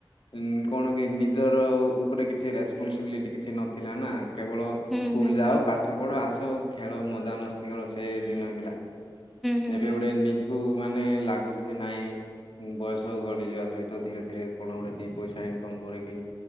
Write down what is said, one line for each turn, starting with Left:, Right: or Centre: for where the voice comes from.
Left: ଉଁ କଣ କି ନିଜର ଉପରେ କିଛି ରେସ୍ପନସିବିଲିଟି କିଛି ନଥିଲା ନା କେବଳ
Centre: ହୁଁ
Left: ସ୍କୁଲ୍
Centre: ହୁଁ
Left: ଯାଅ
Centre: ହୁଁ
Left: ପାଠ ପଢ ଆସ ଖେଳ ମଜାମସ୍ତି କର ସେଦିନ୍ ନାଗିଲା।
Centre: ହୁଁ
Left: ଏବେ
Centre: ହୁଁ
Left: ଗୋଟେ ନିଜ୍କୁ ମାନେ ଲାଗୁଚି ଯେ ନାଇଁ। ବୟସ ଗଡ଼ିଯିବା ସହିତ ଧୀରେ ଧୀରେ କଣ ଗୋଟେ ଦି ପଇସା ଇନକମ୍ କରିକି